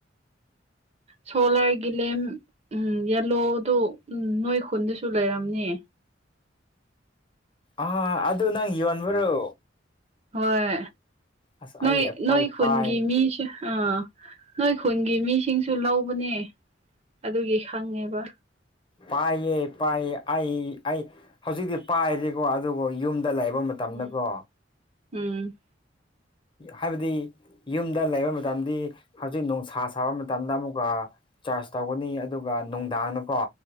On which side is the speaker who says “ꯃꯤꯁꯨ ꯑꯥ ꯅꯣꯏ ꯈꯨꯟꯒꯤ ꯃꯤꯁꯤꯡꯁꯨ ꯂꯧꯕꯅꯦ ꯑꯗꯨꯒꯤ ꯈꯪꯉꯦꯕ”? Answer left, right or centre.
Right